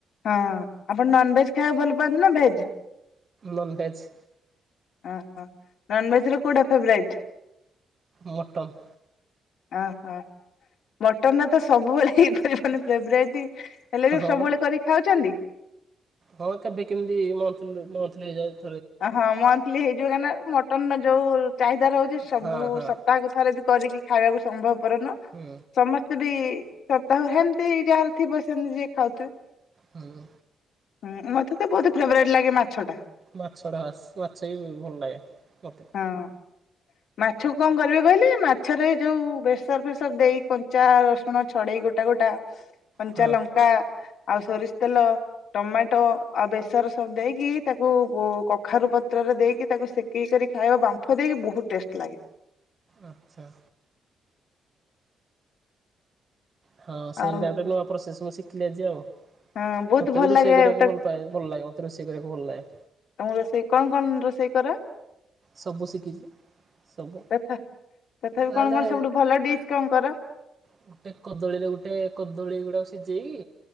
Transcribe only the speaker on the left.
ହଁ ଆପଣ ନନଭେଜ ଖାଇଆକୁ ଭଲ ପାଆନ୍ତି ନା ଭେଜ୍?
ଅ ହ ନନଭେଜ ରେ କୋଉଟା ଫେବରାଇଟ୍?
ଓହ ମଟନ ଟା ତ ସବୁବେଳେ ହେଇପାରିବନି ଫେବରାଇଟି ହେଲେ ବି
ସବୁବେଳେ
କରିକି ଖାଉଚନ୍ତି?
ଅ ହଁ ମନ୍ଥଲି ହେଇଯିବ କାହିଁକିନା ମଟନ ଯୋଉ ଚାହିଦା ରହୁଛି ସବୁ
ସପ୍ତାହକ ଥରେ ବି କରିକି ଖାଇବାକୁ ସମ୍ଭବପର ନୁଅ।
ସମସ୍ତେ ବି ସପ୍ତାହ ହେମିତି ଯାହାର ଥିବ ସେମିତି ଯିଏ ଖାଉଥିବେ।
ହୁଁ ମତେ ତ ବହୁତ ଫେବରାଇଟ୍ ଲାଗେ ମାଛ ଟା।
ହଁ <inaudible> ମାଛକୁ କଣ କରିବେ କହିଲେ ମାଛରେ ଯୋଉ ବେସର ଫେସର ଦେଇ କଞ୍ଚା ରସୁଣ ଛଡେଇ ଗୋଟା ଗୋଟା କଞ୍ଚା
ଲଙ୍କା ଆଉ ସୋରିଷ ତେଲ ଟମାଟୋ ଆଉ ବେସର ସବୁ ଦେଇକି ତାକୁ ଓ କଖାରୁ ପତ୍ରରେ ଦେଇକି ତାକୁ ସେକିକି କରି ଖାଇବା ବାମ୍ଫ ଦେଇକି ବହୁତ ଟେଷ୍ଟ ଲାଗେ।
ଆଉ
ହଁ ବହୁତ
ଭଲ
ଲାଗେ
ତା
ତମ ରୋଷେଇ କନ କନ୍ ରୋଷେଇ କର?
ତଥା ତଥାପି
କଣ କଣ ସବୁଠୁ ଭଲ ଡିସ୍ କନ କର?